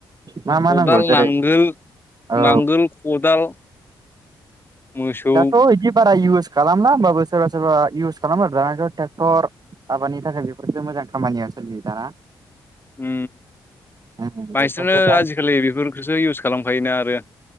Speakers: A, on the right; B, on the left.
A: मा मा
B: खदाल
A: नांगौ जेरै
B: नांगोल
A: औ
B: नांगोल खदाल मोसौ
A: दाथ' बिदि बारा इउस खालामना होमबाबो सोरबा सोरबा इउस खालाम आरो दानाथ' ट्रेक्टर आबादनि थाखाय बेफोरफोरसो मोजां खामानिया ओनसोललियो दाना।
B: ओम
A: उम
B: बांसिनानो
A: बेफोरसो दा
B: आजिखालि बेफोरखौसो इउस खालामखायोना आरो।